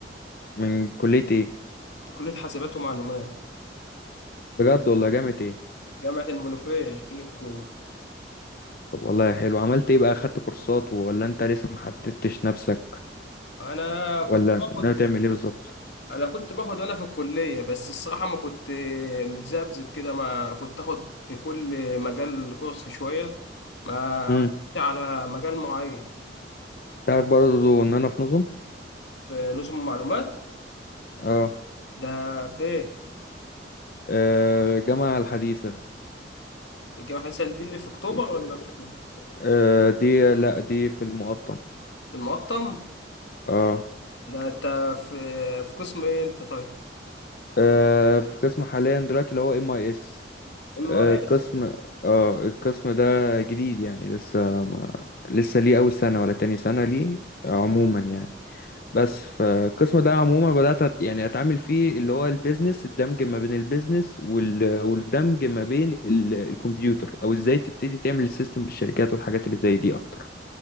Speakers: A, on the left; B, on the left.
A: من كلية ايه
B: من كلية حاسبات ومعلومات
A: بجد والله جامعة ايه
B: جامعة المنوفية شبين الكو
A: طب والله حلو عملت ايه بقى خدت كورسات ولا انت لسه محددتش نفسك
B: انا كنت
A: ولا
B: باخد
A: ناوي تعمل ايه بالظبط
B: انا كنت باخد وانا في الكلية بس الصراحة ما كنت آه، متذبذب كده ما كنت اخد في كل مجال كورس شوية ما
A: امم
B: ركزتش على مجال معين
A: انت عارف برضه ان انا في نظم
B: في نظم معلومات
A: اه
B: ده فين
A: آه، الجامعة الحديثة
B: الجامعة الحديثة دي اللي في أكتوبر
A: ف-
B: ولا في
A: آه دي لا دي في المقطم
B: في المقطم؟
A: اه
B: ده أنت في في قسم إيه أنت طيب؟
A: آه، في قسم حاليا دلوقتي اللي هو ام اي اس
B: إم أي إس؟
A: قسم اه القسم ده جديد يعني لسه ما... لسه ليه اول سنة ولا تاني سنة ليه عموما يعني بس فالقسم ده عموما بدأت أت- يعني أتعامل فيه اللي هو البيزنس الدمج ما بين البيزنس وال... والدمج ما بين ال... الكمبيوتر أو إزاي تبتدي تعمل السيستم للشركات والحاجات اللي زي دي أكتر